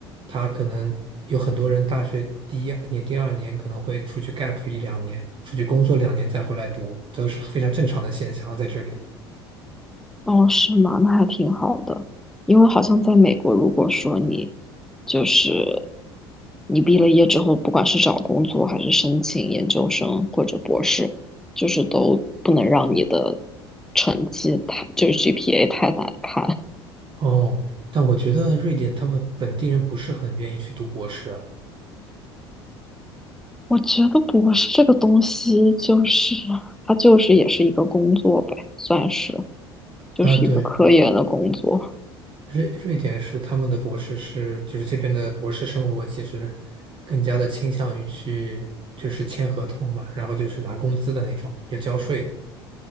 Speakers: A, on the right; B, in the centre.
A: 他可能有很多人大学第一年、第二年可能会出去 gap 一两年，出去工作两年再回来读，都是非常正常的现象啊在这里。
B: 哦，是吗？那还挺好的，因为好像在美国，如果说你就是你毕了业之后，不管是找工作还是申请研究生或者博士，就是都不能让你的成绩太，就是 GPA 太难看。
A: 哦，但我觉得瑞典他们本地人不是很愿意去读博士啊。
B: 我觉得博士这个东西，就是它就是也是一个工作呗，算是就是一个科研的工作。
A: 啊，对，瑞瑞典是他们的博士是，就是这边的博士生活其实更加的倾向于去就是签合同吧，然后就是拿工资的那种，也交税的。